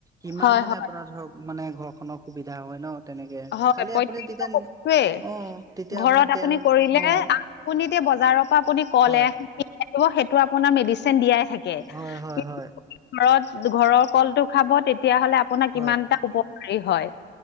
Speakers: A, on the right (about 15°); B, on the left (about 60°).
A: কিমান
B: হয়
A: মানে
B: হয়
A: আপোনাৰ ধৰক মানে ঘৰখনৰ সুবিধা হয় ন তেনেকে
B: হয়
A: খালি
B: প্ৰত্যেকটো
A: আপুনি যেতিয়া
B: বস্তুৱেই
A: অ', তেতিয়া
B: ঘৰত
A: আপুনি তেল
B: কৰিলে
A: অ',
B: আপুনি বজাৰ <unintelligible>
A: হয়, হয়, হয়, হয়,
B: ঘৰৰ কল খাব তেতিয়া হলে আপোনাৰ কিমান
A: হয়,
B: এটা উপকাৰী হয়